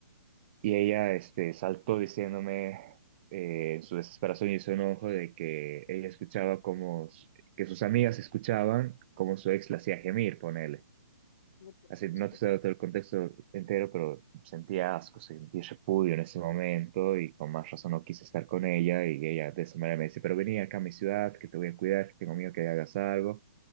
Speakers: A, on the right (about 35°); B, on the left (about 50°).
A: Y ella, este, saltó diciéndome eh, en su desesperación y su enojo de que ella escuchaba como, s- que sus amigas escuchaban como su ex la hacía gemir, ponele.
B: No, por
A: Así,
B: Dios.
A: no te estoy dando todo el contexto entero, pero sentía asco, sentí repudio en ese momento y con más razón no quise estar con ella y ella de esa manera me dice, pero vení acá a mi ciudad, que te voy a cuidar, que tengo miedo que hagas algo